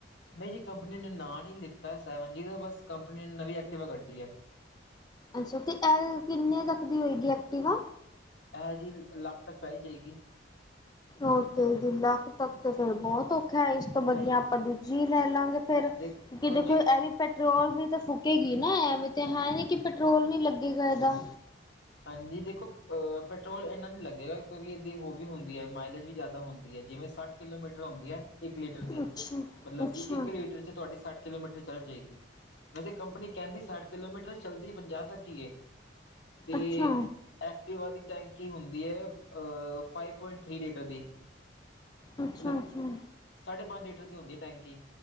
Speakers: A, on the left; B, on the left.
A: ਮੈ ਜੀ ਕੰਪਨੀ ਨੇ ਨਾਮ ਨਹੀ ਲਿਤਾ, ਸੈਵਨ ਜੀਬਸ ਕੰਪਨੀ ਨੇ ਨਵੀ ਏਕਟਿਵਾ ਕੱਢੀ ਲਈ ਐ
B: ਅੱਛਾ, ਤੇ ਐ ਕਿਨੇ ਤਕ ਦੀ ਹੋਏਗੀ ਐਕਟੀਿਵ ਆ?
A: ਐ ਜੀ, ਲਖ ਤੱਕ ਪੈ ਹੀ ਜਾਏਗੀ
B: ਉਹ ਤੇ ਦਿਨ ਲਖ ਤਕ, ਤੇ ਫੇਰ ਬਹੁਤ ਖੈਰ, ਇਸ ਤੋਂ ਵਧੀਆ
A: ਨਹੀਂ
B: ਆਪਾ ਦੂਜੀ ਲੈ ਲਵਾਗੇ, ਫੇਰ
A: ਦੇਖੋ
B: ਜਿਦੇ ਕੋਲ
A: ਜੀ
B: ਐ ਐਵੀ ਪ ਪੈਟਰੋਲ ਵੀ ਤਾਂ ਫੂਕੇਗੀ ਨਾ, ਐਵੇ ਤੇ ਹੈ। ਨੀ ਕਿ, ਪੈਟਰੋਲ ਨੀ ਲਗੇਗਾ ਇਹਦਾ
A: ਹਾਂਜੀ, ਦੇਖੋ ਜੀ ਪੈਟਰੋਲ ਇਨਾ ਨਹੀ ਲਗੇਗਾ ਕਿਉਕਿ, ਇਹਦੀ ਹੋ ਵੀ ਹੁੰਦੀ ਹੈ ਮਾਈਲੇਜ ਵੀ, ਜਿਆਦਾ ਹੁੰਦੀ ਹੈ। ਜਿਵੇ ਸੱਠ ਕਿਲੋਮੀਟਰ ਹੁੰਦੀ ਹੈ, ਇਕ ਲੀਟਰ ਦੀ
B: ਅੱਛਾ
A: ਮਤਲਬ
B: ਅੱਛਾ
A: ਕਿ, ਇਕ ਲੀਟਰ 'ਚ ਤੁਹਾਡੀੇ ਸਠ ਕਿਲੋਮੀਟਰ, ਚੱਲ ਜਾਏਗੀ ਵੈਸੇ ਕੰਪਨੀ ਕਹਿੰਦੀ, ਸਾਠ ਕਿਲੋਮੀਟਰ ਚਲਦੀ ਪੰਜਾਹ ਤੱਕ ਏ ਤੇ
B: ਅੱਛਾ
A: ਐਕਟਿਵਾ ਦੀ ਟੈਕੀ ਹੁੰਦੀ ਏ, ਫਾਈਵ ਪੁਆਇੰਟ ਥ੍ਰੀ ਲੀਟਰ ਦੀ
B: ਅੱਛਾ-ਅੱਛਾ
A: ਮਤਲਬ ਸਾਢੇ ਪੰਜ ਲੀਟਰ ਦੀ ਹੁੰਦੀ ਟੈਕੀ,